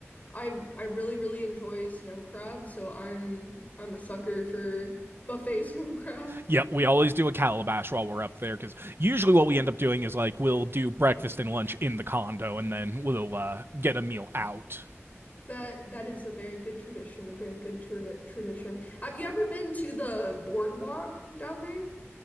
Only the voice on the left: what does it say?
I I really really enjoy snow crab, so I'm I'm a sucker for buffet <laughs> snow crab.
That that is a very good tradition, a very good trad tradition. Have you ever been to the boardwalk down there?